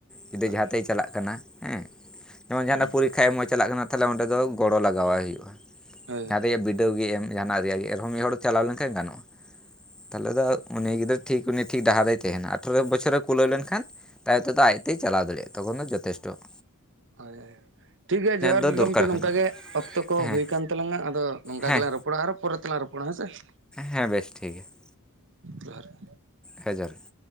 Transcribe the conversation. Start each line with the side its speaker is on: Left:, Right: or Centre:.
Centre: ᱡᱩᱫᱤ
Right: ᱦᱳᱭ
Centre: ᱡᱟᱦᱟᱸ ᱛᱮᱭ ᱪᱟᱞᱟᱜ ᱠᱟᱱᱟ ᱦᱮᱸ ᱡᱮᱢᱚᱱ ᱡᱟᱦᱟᱱᱟᱜ
Right: ᱦᱩᱸ
Centre: ᱯᱚᱨᱤᱠᱷᱟ ᱮᱢᱚᱜ ᱮ ᱪᱟᱞᱟᱜ ᱠᱟᱱᱟ ᱛᱟᱦᱚᱞᱮ ᱚᱸᱰᱮ ᱫᱚ ᱜᱚᱲᱚ ᱞᱟᱜᱟᱣᱟᱭ ᱦᱩᱭᱩᱜᱼᱟ ᱾
Right: ᱦᱳᱭ ᱾
Centre: ᱥᱮ ᱵᱤᱰᱟᱹᱣ ᱜᱮ ᱮᱢ ᱡᱟᱦᱟᱱᱟᱜ ᱨᱮᱭᱟᱜ ᱜᱮ ᱮᱱᱨᱮᱦᱚᱸ ᱢᱤᱫ ᱦᱚᱲ ᱪᱟᱞᱟᱣ ᱞᱮᱱᱠᱷᱟᱱ ᱜᱟᱱᱚᱜᱼᱟ, ᱛᱟᱦᱚᱞᱮ ᱫᱚ ᱩᱱᱤ ᱜᱤᱫᱽᱨᱟᱹ ᱴᱷᱤᱠ ᱩᱱᱤ ᱴᱷᱤᱠ ᱰᱟᱦᱟᱨᱮᱭ ᱛᱟᱦᱮᱱᱟ ᱟᱴᱷᱨᱚ ᱵᱚᱪᱷᱚᱨᱮ ᱠᱩᱞᱟᱹᱣ ᱞᱮᱱᱠᱷᱟᱱ ᱛᱟᱭᱚᱢ ᱛᱮᱫᱚ ᱟᱡᱛᱮᱭ ᱪᱟᱞᱟᱣ ᱫᱟᱲᱮᱭᱟᱜᱼᱟ ᱛᱚᱠᱷᱚᱱ ᱫᱚ ᱡᱚᱛᱷᱮᱥᱴᱚ ᱾
Right: ᱦᱳᱭ ᱦᱳᱭ ᱴᱷᱤᱠ ᱜᱮᱭᱟ ᱡᱚᱦᱟᱨ
Centre: ᱫᱚ
Right: ᱜᱮ
Centre: ᱫᱚᱨᱠᱟᱨ
Right: ᱜᱚᱢᱠᱮ ᱱᱚᱝᱠ
Centre: ᱠᱟᱱᱟ
Right: ᱜᱮ ᱚᱠᱛᱚ ᱠᱚ
Centre: ᱦᱮᱸ
Right: ᱦᱩᱭᱠᱟᱱ ᱛᱟᱞᱟᱝᱼᱟ ᱟᱫᱚ ᱱᱚᱝᱠᱟ
Centre: ᱦᱮᱸ
Right: ᱜᱮᱞᱟᱝ ᱨᱚᱯᱚᱲ ᱯᱚᱲᱟ ᱟᱨᱦᱚᱸ ᱯᱚᱨᱮ ᱛᱮᱞᱟᱝ ᱨᱚᱯᱚᱲᱟ ᱦᱮᱸᱥᱮ ᱾
Centre: ᱦᱮᱸ ᱵᱮᱥ ᱴᱷᱤᱠ ᱜᱮᱭᱟ ᱾
Right: ᱡᱚᱦᱟᱨ ᱾
Centre: ᱦᱮᱸ ᱡᱚᱦᱟᱨ ᱜᱮ ᱾